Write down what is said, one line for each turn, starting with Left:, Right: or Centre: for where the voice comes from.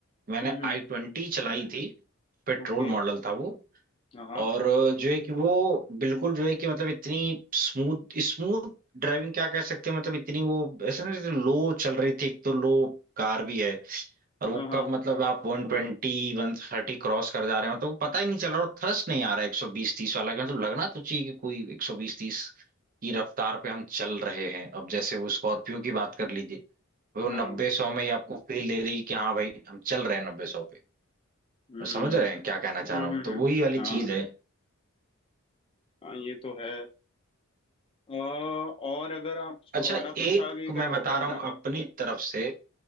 Right: मैंने
Left: हम्म
Right: आई
Left: हम्म
Right: ट्वेंटी चलाई थी पेट्रोल
Left: ओके
Right: मॉडल था वो
Left: हाँ
Right: और जो है कि वो बिल्कुल जो है कि मतलब इतनी स्मूथ स्मूथ ड्राइविंग क्या कह सकते हैं मतलब इतनी वो ऐसे ना जैसे लो चल रही थी एक तो लो कार भी है और वो
Left: हाँ हाँ
Right: कब मतलब आप वन ट्वेंटी वन थर्टी क्रॉस कर जा रहे हो तो पता ही नहीं चल रहा और थ्रस्ट नहीं आ रहा एक सौ बीस तीस वाला कि मतलब लगना तो चाहिए कि कोई एक सौ बीस तीस की रफ्तार पे हम चल रहे हैं अब जैसे वो स्कॉर्पियो की बात कर लीजिए वो नब्बे
Left: हाँ
Right: सौ में ही आपको फील दे देगी कि हाँ भाई हम चल रहे हैं नब्बे सौ पे
Left: हम्म
Right: समझ रहे हैं क्या कहना चाह
Left: हम्म
Right: रहा हूँ
Left: हम्म
Right: तो
Left: हम्म,
Right: वही वाली
Left: हाँ
Right: चीज है
Left: हाँ ये तो है अ, और अगर आप स्कोडा
Right: अच्छा एक
Left: कुशाग एक
Right: मैं
Left: अच्छ-
Right: बता
Left: हाँ
Right: रहा
Left: हाँ
Right: हूँ अपनी तरफ से